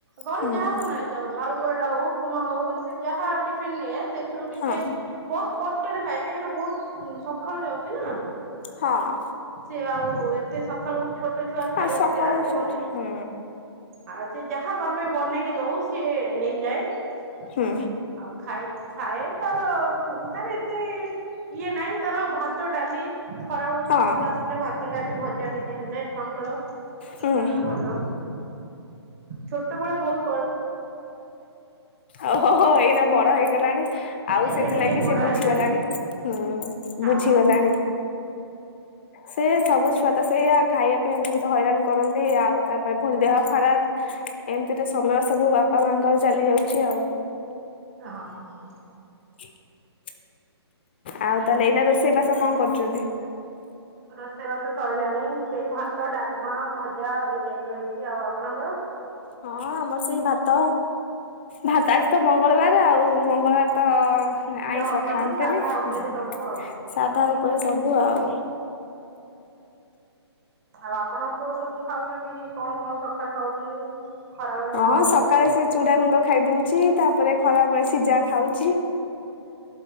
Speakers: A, on the right; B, on the left.
A: ଘରେ
B: ହୁଁ
A: ଯାହା ବନାହେଇଥାଉ ଆଳୁ ବର ଟା ହୋଉ। ଉପମା ହୋ ଉ ସେ ଯାହା ଟିଫିନ୍ ନିଏ ସେଥିରୁ ଟିକେ
B: ହଁ
A: ବହୁତ୍ କଷ୍ଟ ରେ ଖାଏ । କାହିଁକିନା ବୋହୁତ୍ ସଖାଳୁ ଯାଉଚି ନା
B: ହଁ
A: ସେ ଆଉ ଏତେ ସଖାଳୁ ଛୋଟ ଛୁଆ ଖାଇବାକୁ
B: ଆଉ ସକାଳୁ
A: ଟିକେ ରାଜି
B: ଛୋଟ
A: ହେଉନି
B: ହୁଁ
A: ଆ ଯାହାକୁ ଆମେ ବନେଇକି ଦଉ ସିଏ ନେଇଯାଏ ।
B: ହୁଁ
A: ଆଉ ଖାଇ ଖାଏ ତାର ତାର ଏତେ ଇଏ ନାଇଁ ତାର ଭାତ ଡାଲି ଖରା ବେଳକୁ
B: ହଁ
A: ସ୍କୁଲୁ ଆସିଲେ ଭାତ ଡାଲି ଭଜା ଟିକେ ହେଲେ ପାମ୍ପଡ଼
B: ହୁଁ
A: ତାର ଭଲ । ଛୋଟବେଳେ ବହୁତ୍
B: ଓ ହୋ ହୋ ଏଇନା ବଡ ହେଇ ଗଲାଣି ଆଉ
A: ଏବେ
B: ସେଥିଲାଗି
A: ଟିକେ ବଡ
B: ସେ ବୁଝି
A: ହେଲାଣି
B: ଗଲାଣି ହୁଁ
A: ହଁ।
B: ବୁଝି ଗଲାଣି ସେ ସବୁ ଛୁଆ ତ ସେଇଆ ଖାଇବା ପାଇଁ ବହୁତ୍ ହଇରାନ୍ କରନ୍ତି ।ଆଉ ତାପରେ ପୁଣି ଦେହ ଖରାପ୍ ଏମ୍ ତୀ ଟେ ସମୟ ସ ସବୁ ବାପା ମାଙ୍କର ଚାଲି ଯାଉଛି ଆଉ
A: ହଁ ହଁ
B: ପ ଆଉ ତାହେଲେ ଏଇନା ରୋଷେଇ ବାସ କଣ କରୁଛନ୍ତି?
A: ରୋଷେଇବାସ ସରିଲାଣି ସେଇ ଭାତ, ଡ଼ାଲମା, ଭଜା ଏଇ ଟାଇପ୍ ର ହେଇଚି ଆଉ ଆପଣଙ୍କର?
B: ହଁ ଆମର ସେଇ ଭାତ ଭାତ ଆଜି ତ ମଙ୍ଗଳବାର ଆଉ ମଙ୍ଗଳବାର ତ ଆଇଁଷ
A: ହବନି
B: ଖାଆନ୍ତିନି
A: ସାଧା
B: ହଁ
A: ଉପରେ ସବୁ ଆଉ।
B: ସାଧା ଉପରେ ସବୁ ଆଉ
A: ଆଉ ଆପଣଙ୍କ ପୁଅ ସବୁ ଖାଉଛନ୍ତି କଣ କଣ ସକାଳେ ଖାଉଛି? ଖରାବେଳେ
B: ହଁ
A: କଣ ଖାଉଛି?
B: ସକାଳେ ସେ ଚୁଡା ଗୁଣ୍ଡ ଖାଇ ଦଉଛି ତାପରେ ଖରା ବେଳେ ସିଯା ଖାଉଛି